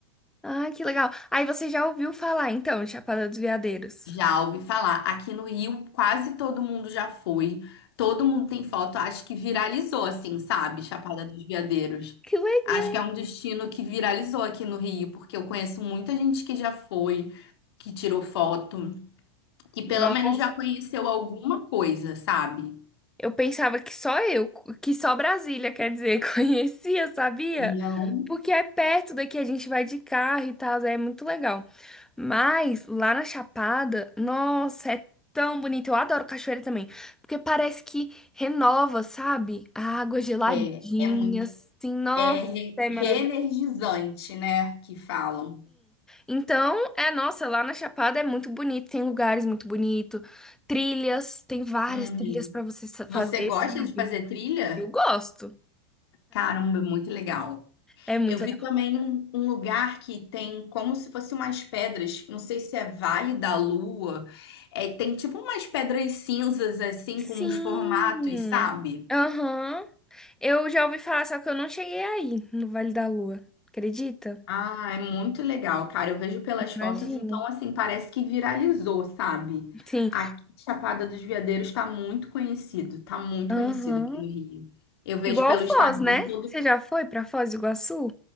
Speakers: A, in the centre; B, on the left (about 70°).
A: Ah, que legal. Aí você já ouviu falar então, Chapada dos Veadeiros?
B: Já ouvi falar. Aqui no Rio, quase todo mundo já foi. Todo mundo tem foto. Acho que viralizou, assim, sabe? Chapada dos Veadeiros.
A: Que legal.
B: Acho que é um destino que viralizou aqui no Rio, porque eu conheço muita gente que já foi, que tirou foto, que pelo
A: Nossa.
B: menos já conheceu alguma coisa, sabe?
A: Eu pensava que só eu, que só Brasília, quer dizer, <laughs> conhecia, sabia?
B: Não,
A: Porque é perto daqui, a gente vai de carro e tal, é muito legal. Mas lá na Chapada, nossa, é tão bonito. Eu adoro cachoeira também, porque parece que renova, sabe? A água geladinha,
B: é, é muito,
A: assim, nossa,
B: é re-
A: é
B: reenergizante,
A: maravilhoso.
B: né? Que falam.
A: Então, é, nossa, lá na Chapada é muito bonito, tem lugares muito bonitos, trilhas, tem várias
B: Uhum.
A: trilhas pra você sa-
B: Você
A: fazer,
B: gosta
A: sabe?
B: de fazer trilha?
A: Eu gosto.
B: Caramba, é muito legal.
A: É muito
B: Eu vi também um, um lugar que tem como se fossem umas pedras, não sei se é Vale da Lua, é, tem tipo umas pedras cinzas assim
A: Sim.
B: com uns formatos, sabe?
A: Aham. Eu já ouvi falar, só que eu não cheguei aí, no Vale da Lua. Acredita?
B: Ah, é muito legal, cara. Eu vejo pelas
A: Imagino.
B: fotos, então assim, parece que viralizou, sabe?
A: Sim.
B: Aqui, Chapada dos Veadeiros está muito conhecido, tá muito
A: Aham.
B: conhecido aqui no Rio. Eu vejo
A: Igual
B: pelo
A: Foz,
B: Instagram
A: né?
B: todo.
A: Você já foi pra Foz do Iguaçu?